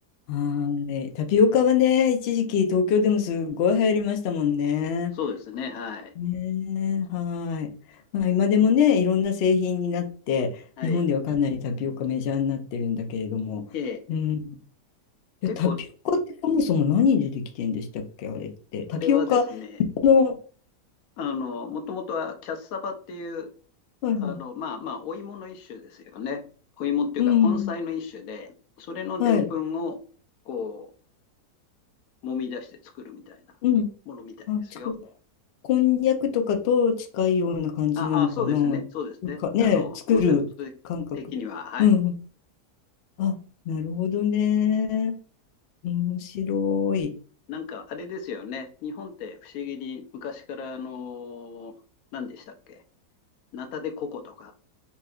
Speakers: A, on the left (about 85°); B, on the left (about 65°).
A: はい。タピオカはね、一時期東京でもすごい流行りましたもんね。
B: そうですね。はい。
A: ねえ、はい。まあ、今でもね、いろんな製品になって、
B: はい。
A: 日本ではかなりタピオカメジャーになってるんだけれども、
B: で、
A: うん。で、
B: 結構
A: タピオカってそもそも何でできてんでしたっけ、あれって。タピオカ
B: あれはですね、
A: の、
B: あの、もともとはキャッサバっていう、
A: はいはい。
B: あの、まあまあ、お芋の一種ですよね。お芋っていうか、
A: うん。
B: 根菜の一種で、それのでんぷんを、
A: はい。
B: こう、揉み出して作るみたいなものみたいですよ。
A: うん。あ、ちょ、こんにゃくとかと近いような感じなのかな。
B: あ、あ、そうですね、
A: なんかね、
B: そうですね。あの、
A: 作る感覚。
B: コンセプト的には、はい。
A: うん。あ、なるほどね。面白い。
B: なんか、あれですよね。日本って不思議に昔から、あの、何でしたっけナタデココとか、